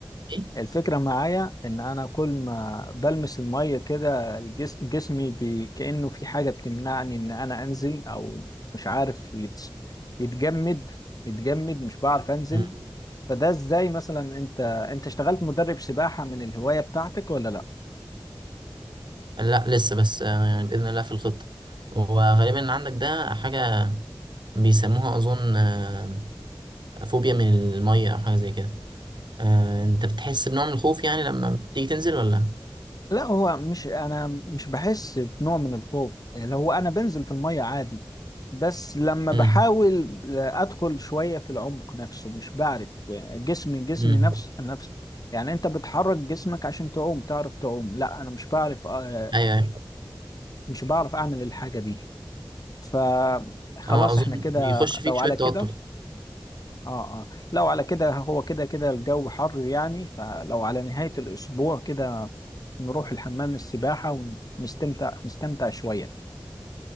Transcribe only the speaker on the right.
إيه؟
مم.
لا لسه بس آه، يعني بإذن الله في الخطة وغالبا عندك ده حاجة بيسموها أظن آه، فوبيا من المية أو حاجة زي كده آه، أنت بتحس بنوع من الخوف يعني لما بتيجي تنزل ولا؟
امم
امم
أيوه أيوه
أه أظن
بيخش فيك
شوية
توتر